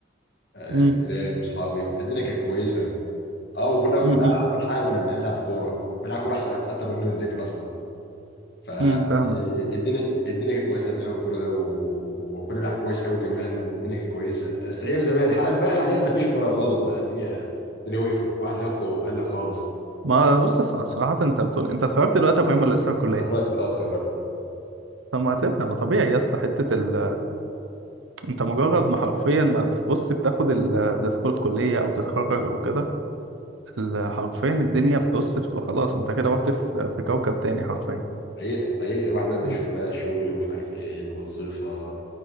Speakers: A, on the left; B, on the right.
A: انا
B: امم
A: وجيران واصحابي فالدنيا كانت كويسه اه وكنا ده
B: امم
A: اكتر حاجه كنا بنلعب كوره بنلعب كوره احسن اكتر ما كنا بنذاكر اصلا فالدنيا
B: امم فاهمك
A: الدنيا كانت كويسه في لعب الكوره ده و... وكنا بنلعب كويس قوي كمان يعني الدنيا كانت كويسه بس ايام زمان حالا بقى حاليا ما فيش كوره خالص بقى الدنيا الدنيا وقفت الواحد لياقته قلت خالص
B: ما بص الص- صراحة انت بتقول انت اتخرجت دلوقتي يا ابراهيم ولا لسه في الكلية؟
A: اتخرجت اه اتخرجت
B: طب ما هتبقى ما طبيعي يا اسطى حتة ال... انت مجرد ما حرفيا ما بتبص بتاخد ال... بتدخل الكلية او تتخرج او كده ال- حرفيا الدنيا بتبص بتبقى خلاص انت كده رحت في في كوكب تاني حرفيا
A: حقيقي حقيقي الواحد بقى بيشوف
B: م-
A: بقى الشغل ومش عارف ايه الوظيفه